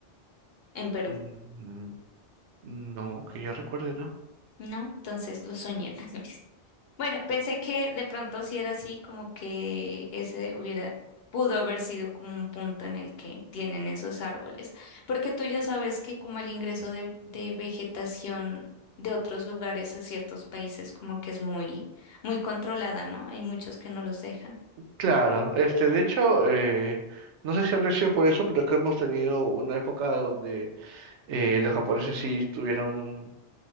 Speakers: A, on the left (about 65°); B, on the right (about 85°).
A: en Perú,
B: Mm, No, que yo recuerde, ¿no?
A: ¿no? Entonces lo soñé también. <laughs> Bueno, pensé que de pronto si era así, como que ese hubiera, pudo haber sido como un punto en el que tienen esos árboles, porque tú ya sabes que como el ingreso de, de vegetación de otros lugares a ciertos países como que es muy, muy controlada, ¿no? Hay muchos que no los dejan.
B: Claro, este, de hecho, eh, no sé si habrá sido por eso, pero que hemos tenido una época donde eh, los japoneses sí tuvieron,